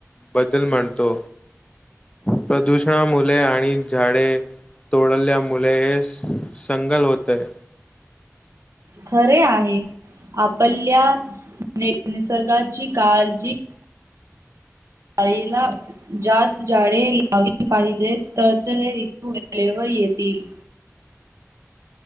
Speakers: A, on the left; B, on the right.
A: बदल म्हणतो. प्रदूषणा मुले आणि झाडे तोडल्या मुले हे संगल होतय.
B: खरे आहे आपल्या निसर्गाची काळजी जाळेला जास्त जाडे लावली पाहिजेत, तरच हे रितू वेळेवर येतील.